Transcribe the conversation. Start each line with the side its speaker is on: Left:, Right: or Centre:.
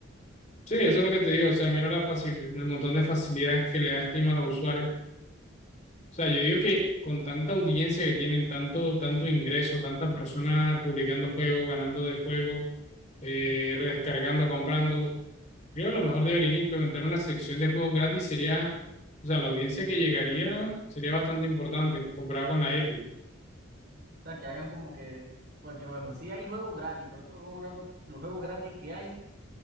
Left: sí,
Right: he
Left: eso
Right: visto,
Left: es lo que te digo. O sea, mira la facilidad, el montón de facilidades que le da Steam a los usuarios. O sea, yo
Right: y-
Left: digo que con tanta audiencia que tienen, tanto, tanto ingreso, tantas personas publicando juegos, ganando de juegos, eh, rescargando, comprando, creo que a lo mejor deberían implementar una sección de juegos gratis. Sería, o sea, la audiencia que llegaría sería bastante importante comparado con la Epic. O
Right: o sea, que hagan como que, porque bueno, sí hay juegos gratis, pero es que los juegos gratis, los juegos gratis que hay